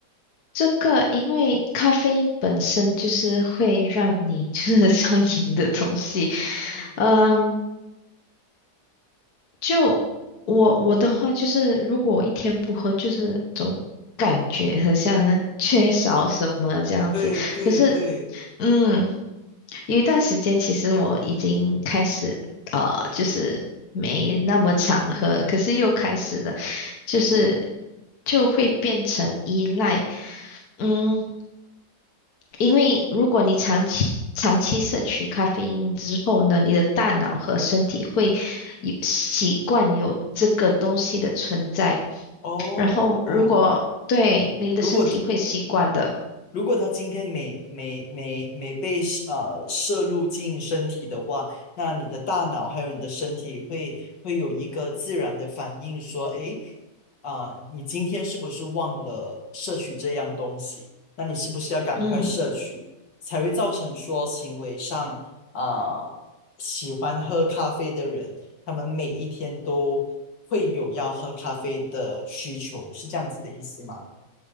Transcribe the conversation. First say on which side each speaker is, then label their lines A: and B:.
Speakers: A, on the left; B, on the left.
A: 这个因为咖啡因本身就是会让你 <laughs> 就是上瘾的东西，
B: 嗯，
A: 嗯，就我我的话就是，如果我一天不喝，就是总感觉很像 <laughs> 缺少什么这样子。
B: 对对对，
A: 可是，嗯，有一段时间其实我已经开始呃，就是没那么常喝，可是又开始了，就是就会变成依赖。嗯，因为如果你长期长期摄取咖啡因之后呢，你的大脑和身体会有习惯有这个东西的存在，
B: 哦哦，
A: 然后如果对你的身体会习惯的，
B: 如果如果他今天没没没没被呃摄入进身体的话，那你的大脑还有你的身体会会有一个自然的反应，说，诶，啊、你今天是不是忘了摄取这样东西？那你是不是要赶快摄取，
A: 嗯，
B: 才会造成说行为上啊、喜欢喝咖啡的人，他们每一天都会有要喝咖啡的需求，是这样子的意思吗？